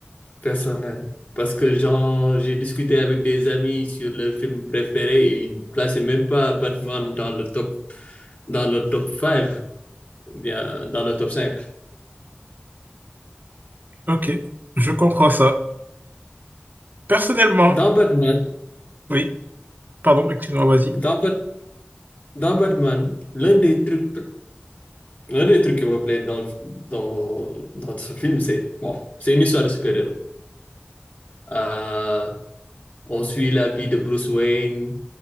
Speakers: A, on the left (about 40°); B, on the right (about 50°).
A: personnel. Parce que genre, j'ai discuté avec des amis sur leur film préféré et ils ne plaçaient même pas Batman dans le top, dans le top 5, ou bien dans le top cinq
B: Ok, je comprends ça. Personnellement,
A: Dans Batman,
B: oui, pardon, excuse-moi, vas-y.
A: dans, Bat- dans Batman, l'un des trucs, l'un des trucs qui me plaît dans, le- dans, dans ce film, c'est bon, c'est une histoire de super-héros. Euh, on suit la vie de Bruce Wayne